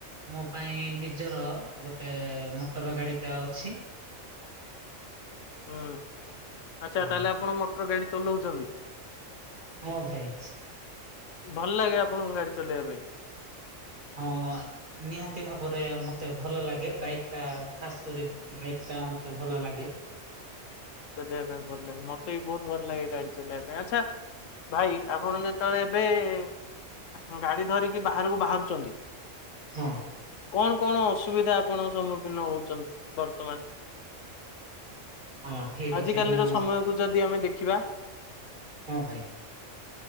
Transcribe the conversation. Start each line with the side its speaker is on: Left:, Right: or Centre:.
Right: ମୋ ପାଇଁ ନିଜର ଗୋଟେ ମଟର ଗାଡି ଟା ଅଛି
Left: ହୁଁ ଆଚ୍ଛା
Right: ହଁ
Left: ତାହେଲେ ଆପଣ ମଟର ଗାଡି ଚଲଉଛନ୍ତି?
Right: ହଁ ଭାଇ
Left: ଭଲ ଲାଗେ ଆପଣଙ୍କୁ ଗାଡି ଚଲେଇବା ପାଇଁ?
Right: ହଁ ନିହାତି ଭାବରେ ମତେ ଭଲ ଲାଗେ ବାଇକ୍ ଟା ଖାସ୍ କରି ବାଇକ୍ ଟା ମତେ ଭଲ ଲାଗେ
Left: ଚଲେଇବା ପାଇଁ ଭଲ ଲାଗେ। ମତେ ବି ବହୁତ ଭଲ ଲାଗେ ଗାଡି ଚଲେଇବା ପାଇଁ ଆଚ୍ଛା ଭାଇ ଆପଣ ଯେତେବେଳେ ଏବେ ଗାଡି ଧରିକି ବାହାରକୁ ବାହାରୁଛନ୍ତି
Right: ହଁ।
Left: କଣ କଣ ଅସୁବିଧା ଆପଣଙ୍ ସମ୍ମୁଖୀନ ହଉଛନ୍ତି ବର୍ତ୍ତମାନ?
Right: ହଁ ଠିକ୍
Left: ଆଜିକାଲିର
Right: ଅଛି ମୁଁ
Left: ସମୟକୁ ଯଦି ଆମେ ଦେଖିବା
Right: ହଁ ଭାଇ।